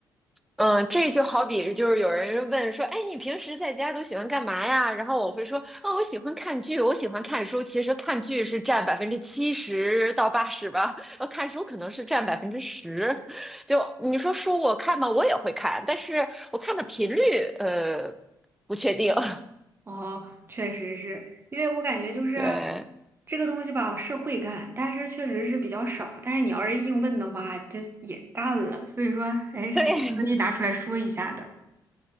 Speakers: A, in the centre; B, on the right (about 30°).
A: 嗯，这就好比就是有人问说，哎，你平时在家都喜欢干嘛呀？然后我会说，啊、我喜欢看剧，我喜欢看书。其实看剧是占百分之七十到八十吧，呃，看书可能是占百分之十。就你说书我看吧，我也会看，但是我看的频率，呃，不确定。<laughs>
B: 哦，确实是，因为我感觉就是
A: 对，
B: 这个东西吧，是会干，但是确实是比较少。但是你要是硬问的话，这也干了，所以说，哎，这还是可以拿出来说一下的。
A: 对，<laughs>